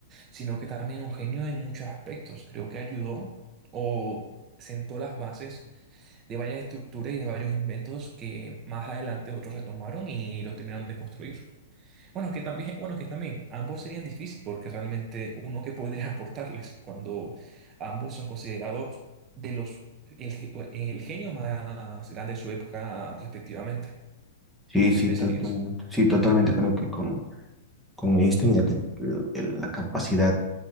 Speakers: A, on the right (about 30°); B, in the centre.
A: sino que también un genio en muchos aspectos. Creo que ayudó o sentó las bases de varias estructuras y de varios inventos que más adelante otros retomaron y los terminaron de construir. Bueno, que también, bueno, que también ambos serían difíciles porque realmente uno que podría aportarles cuando ambos son considerados de los el, ge- el genio más grande de su época respectivamente.
B: Sí,
A: ¿Tú
B: sí,
A: qué pensarías?
B: total- sí, totalmente creo que con Einstein, ya que eh, el- la capacidad